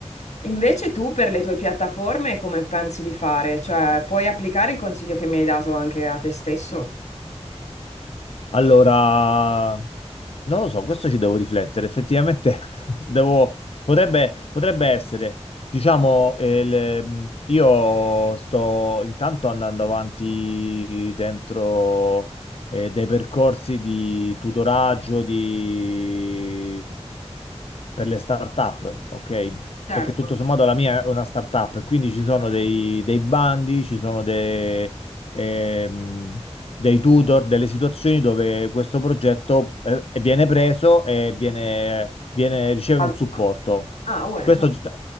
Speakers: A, on the left (about 80°); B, on the left (about 60°).
A: invece tu per le tue piattaforme come pensi di fare? Cioè, puoi applicare il consiglio che mi hai dato anche a te stesso?
B: Allora, Non lo so, questo ci devo riflettere. Effettivamente <laughs> devo, potrebbe, potrebbe essere, diciamo, eh, il- io sto intanto andando avanti dentro eh, dei percorsi di tutoraggio, di per le start-up, ok?
A: Certo.
B: Perché tutto sommato la mia è una start-up, quindi ci sono dei, dei bandi, ci sono dei, ehm, dei tutor, delle situazioni dove questo progetto eh, viene preso e viene, viene- riceve
A: Allora,
B: un supporto.
A: Ah, bueno.
B: Questo già-